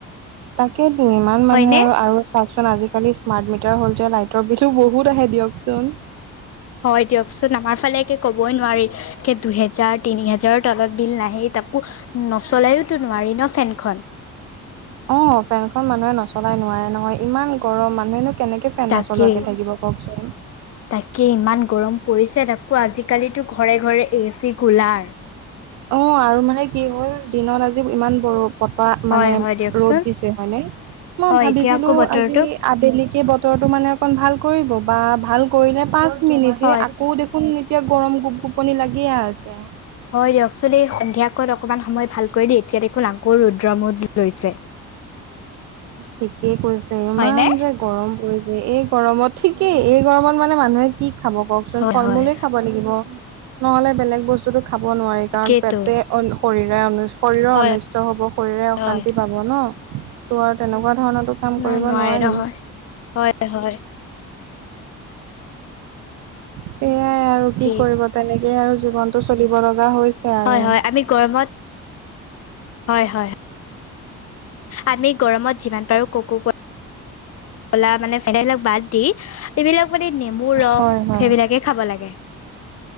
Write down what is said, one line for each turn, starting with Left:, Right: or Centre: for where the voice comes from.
Right: তাকেইটো ইমান মানুহে
Left: হয়নে?
Right: আৰু, আৰু চাওকচোন আজিকালি স্মাৰ্ট মিটাৰ হ'ল যে লাইটৰ বিলো বহুত আহে দিয়কচোন।
Left: হয় দিয়কচোন, আমাৰ ফালে একে ক'বই নোৱাৰি একে দুহেজাৰ তিনি হেজাৰৰ তলত বিল নাহেই তাকো নচলাওটো নোৱাৰি ন ফেনখন।
Right: অ', ফেনখন মানুহে নচলাই নোৱাৰে নহয়, ইমান গৰম মানুহেনো কেনেকে ফেন
Left: তাকেই
Right: নচলুৱাকে থাকিব কওকচোন।
Left: তাকে ইমান গৰম পৰিছে, তাকো আজিকালি ঘৰে, ঘৰে এচি, কুলাৰ।
Right: অ', আৰু মানে কি হ'ল দিনত আজি ইমান বৰফ বতাহ
Left: হয়
Right: মানে
Left: হয় দিয়কচোন।
Right: ৰ'দ দিছে হয়নে, মই
Left: হয়
Right: ভাবিছিলোঁ
Left: এতিয়া আকৌ বতৰটো
Right: আজি আবেলিকে বতৰটো মানে অকন ভাল কৰিব বা ভাল কৰিলে, পাঁচ মিনিট
Left: হয়
Right: হে আকৌ দেখো খোন এতিয়া গৰম গোপ-গোপনি লাগিয়ে আছে।
Left: হয় দিয়কচোন, এই সন্ধিয়াকণ অকণমান সময় ভাল কৰি দেই, এতিয়া দেখোন আকৌ ৰুদ্ৰমূদ লৈছে।
Right: ঠিকেই কৈছে, ইমান
Left: হয়নে?
Right: যে গৰম পৰিছে, এই গৰমত ঠিকেই এই গৰমত মানে মানুহে কি খাব কওকচোন,
Left: হয়
Right: ফল-মূলে
Left: হয়
Right: খাব লাগিব, নহ'লে বেলেগ বস্তুটো খাব নোৱাৰি
Left: তাকেইতো
Right: কাৰণ পেটে অন্য শৰীৰে শৰীৰৰ
Left: হয়
Right: অনিষ্ট হ'ব, শৰীৰে অশান্তি
Left: হয়
Right: পাব ন, তো আৰু তেনেকুৱা ধৰণৰটো কাম
Left: নাই
Right: কৰিব
Left: নোৱাৰে
Right: নোৱাৰি
Left: নহয় হয়, হয়।
Right: সেইয়াই আৰু
Left: তাকেই
Right: কি কৰিব তেনেকেই আৰু জীৱনটো চলিব লগা হৈছে। আৰু
Left: হয়, হয় আমি গৰমত হয়, হয়, হয়। আমি গৰমত যিমান পাৰো ক'ক' ক কলা মানে <unintelligible> বিলাক বাদ দি, এইবিলাক মানে নেমুৰ ৰস
Right: হয় হয়
Left: সেইবিলাকে খাব লাগে।